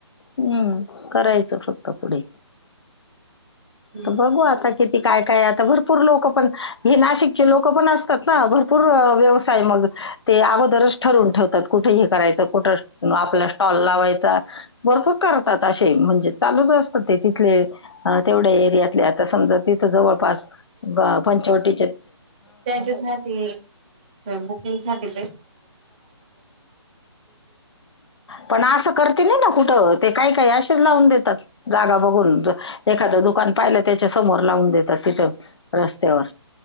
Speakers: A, on the left (about 65°); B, on the right (about 20°).
A: हम्म करायचं फक्त कपडे
B: हम्म
A: तर बघू आता किती काय काय आता भरपूर लोक पण घेणा चे लोक पण असतात ना भरपूर व्यवय मग अगोदरच ठरून ठेवतात कुठं हे रायचा कुठ आपला स्टॉल लायचा भरपूर करतात असे म्हणजे चालूच असत ते. तथले अ तेवढ्या एरियातले आता समजा तिथ जवळपास पंचवटी
B: त्यांच्यासाठी बुकिंग <inaudible>
A: पण असं करती नाही ना कुठं. ते काय काय असेच लावून देतात जागा बघून एखादं दुकान पाहिलं त्याच्या समोर लावून देतात तिथे रस्त्यावर